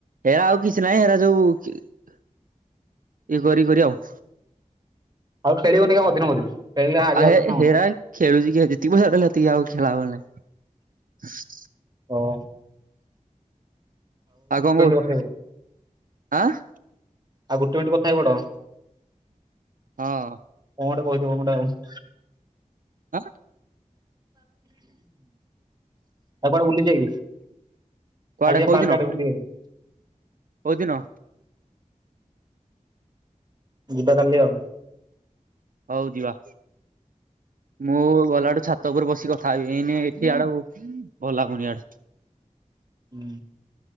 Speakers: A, on the right; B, on the right.
A: ହେରା ଆଉ କିଛି ନାହିଁ ହେରା ସବୁ ଇଏ କରି କରି ଆଉ
B: ଆଉ ଖେଳିବନି <unintelligible>
A: ଆହେ
B: ଯାଉଥିଲ ନା କଣ
A: ହେରା ଖେଳୁଛି କିଏ ଜିତିିବ <unintelligible> ବାତି ଆଉ ଖେଳାହବ ନାହିଁ
B: ହଁ
A: ଆଉ କଣ କହୁ,
B: କଥା ହେଇପଡ
A: ଆଁ?
B: ଆଉ ଗୋଟେ ମିନିଟ୍ କଥା ହଇ ପଡ।
A: ହଁ।
B: କଣ ଗୋଟେ କହିଥିବ ଗୋଟେ ଆଉ।
A: ହଁ ସା
B: ଆଉ କୁଆଡ଼େ ବୁଲି ଯିବାକି। କାଲି
A: କୁଆଡେ
B: ଯିବା
A: କୋଉଦିନ
B: ପାର୍କ ଆଡେ ବୁଲିକି ଆଇବା।
A: କୋଉଦିନ?
B: ଯିବା କାଲି ଆଉ।
A: ହଉ ଯିବା। ମୁଁ ଗଲା ଆଡୁ ଛାତ ଉପରେ ବସିକି କଥା ହେବି ଏଇନେ ଏଠି ଆଡକୁ ଭଲ ଲାଗୁନି ୟାର।
B: ହୁଁ